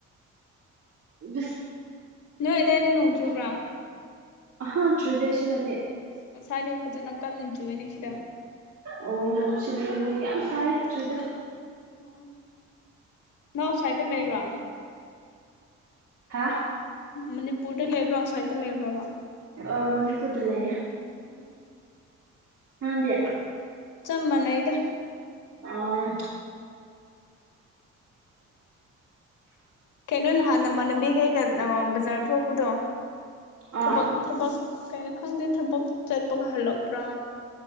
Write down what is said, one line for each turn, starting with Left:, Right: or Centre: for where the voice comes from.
Right: ꯕꯤꯁ
Left: ꯅꯣꯏ ꯑꯗꯨꯗꯥꯏꯗ ꯅꯣꯡꯖꯨꯕ꯭ꯔꯥ
Right: ꯑꯍ ꯇ꯭ꯔꯦꯗꯤꯁꯟꯅꯗꯤ
Left: ꯉꯁꯥꯏꯗ ꯐꯖꯅ ꯀꯟꯅ ꯆꯨꯏꯅꯦ ꯁꯤꯗ
Right: ꯑꯣ ꯌꯥꯝ ꯁꯤꯗ ꯌꯥꯝ ꯁꯥꯏꯦ ꯆꯨꯗ
Left: ꯑꯣ ꯅꯪ ꯑꯥꯎꯠꯁꯥꯏꯠꯇ ꯂꯩꯕ꯭ꯔꯥ
Right: ꯍꯥꯥ
Left: ꯃꯅꯤꯄꯨꯔꯗ ꯂꯩꯕ꯭ꯔꯥ ꯑꯥꯎꯠꯁꯥꯏꯠꯇ ꯂꯩꯕ꯭ꯔꯕꯣ
Right: ꯑ ꯃꯅꯤꯄꯨꯔꯗ ꯂꯩꯅꯦ
Left: ꯑꯣ
Right: ꯅꯪꯗꯤ
Left: ꯆꯞ ꯃꯥꯟꯅꯩꯗ
Right: ꯑꯣ ꯍꯣꯏ
Left: ꯀꯩꯅꯣ ꯅꯍꯥꯟ ꯅꯃꯥꯟꯅꯕꯤꯈꯩꯒ ꯕꯖꯥꯔ ꯊꯣꯛꯄꯗꯣ
Right: ꯑꯥ
Left: ꯊꯕꯛ ꯊꯕꯛ ꯀꯩꯅꯣ ꯈꯪꯗꯦ ꯊꯕꯛ ꯆꯠꯄꯒ ꯍꯜꯂꯛꯄ꯭ꯔꯥ